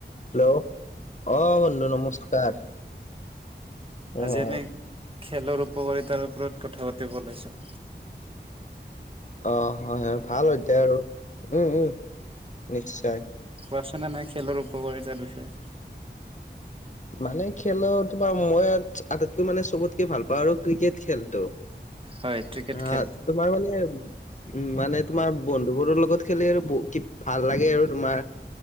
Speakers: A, on the left; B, on the right.
A: Hello অ বন্ধু নমস্কাৰ! অ
B: আজি
A: অ।
B: আমি খেলৰ উপকাৰিতাৰ ওপৰত কথা পাতিব ওলাইছো।
A: অ হয় হয় ভাল অধ্যায় আৰু উম উম নিশ্চয়।
B: কোৱাচোনে নাই খেলৰ উপকাৰিতাৰ বিষয়ে
A: মানে খেলৰ তোমাৰ মই আটাইতকৈ মানে চবতকে ভাল পাওঁ আৰু ক্ৰিকেট খেলটো
B: হয় ক্ৰিকেট
A: আহ
B: খেল
A: তোমাৰ মানে উম মানে তোমাৰ বন্ধুবোৰৰ লগত খেলি আৰু ভাল লাগে আৰু তোমাৰ